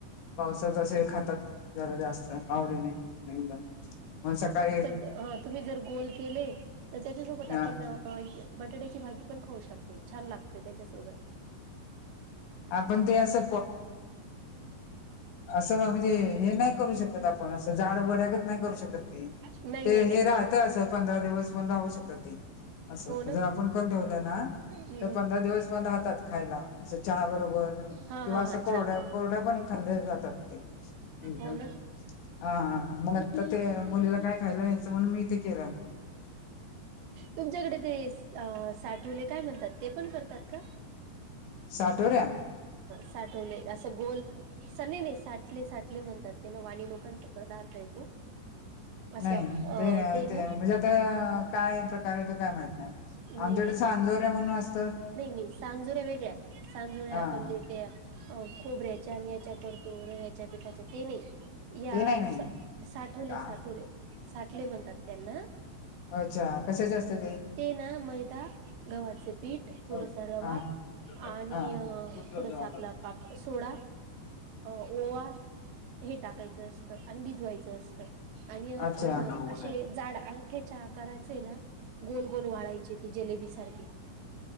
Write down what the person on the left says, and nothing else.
पावसात असे खातात. जरा जास्त आवडीनेदम मण सकाळी
अ
आपण ते असं. असं म्हणजे हे नाही करू शकत आपण असं जाड वड्यागच नाही करू शकत.
ते
हे
राहत असं पंधरा दिवस पण राहू शकत ते असं
जर आपण करण ठेवलं ना
तर पंधरा दिवस पण राहतात खायला. असं चहा बरोबर
किंवा
असं
कोरड्या
कोरड्या पण खाल्ल्या जातात ते एकदम
हा मग आता ते मुलीला काय? खायला न्यायचं म्हण मी ते केला.
साठवऱ्या
नाही
ते ते
म्हणजे आता काय प्रकार आहे तो काय माहित नाही.
आमच्याकडे
स अांजोऱ्या म्हणून अस.
हा
ते नाही नाही.
आ
अच्छा कशाचे असते
हा
हा.
हा
हा
अच्छा. हां.